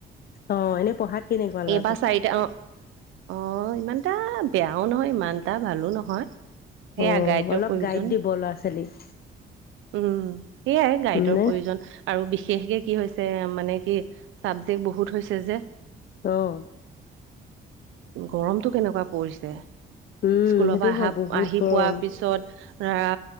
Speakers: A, on the left; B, on the right.
A: অ এনে পঢ়াত কেনেকুৱা ল'ৰাটো
B: এবা চাইটা অ অ ইমান এটা বেয়াও নহয়, ইমান এটা ভালো নহয়। সেয়া
A: অ
B: গাইডৰ
A: অলপ
B: প্ৰয়োজন
A: গাইড দিব ল'ৰা-ছোৱালীক।
B: উম সেইয়াই গাইতৰ
A: মানে
B: প্ৰয়োজন আৰু বিশেষকে কি হৈছে মানে কি চাবজেক্ট বহুত হৈছে যে।
A: অ'।
B: গৰমতটো কেনেকুৱা পৰিছে।
A: উম
B: স্কুলৰ
A: সেইটো
B: পৰা আহা
A: হয় বহুত
B: আহি
A: গৰম
B: পোৱা পিছত ধৰা